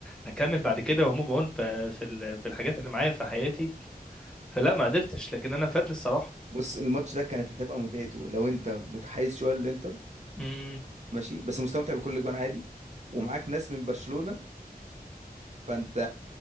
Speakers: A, in the centre; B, on the right.
A: اكمل بعد كده وموف اون في في ال- في الحاجات اللي معايا في حياتي فلا ما قدرتش لكن انا فاتني الصراحه
B: بص الماتش ده كانت هتبقى متعته لو انت متحيز شويه للانتر
A: امم
B: ماشي بس مستمتع بكل جوان عادي ومعاك ناس من برشلونه فانت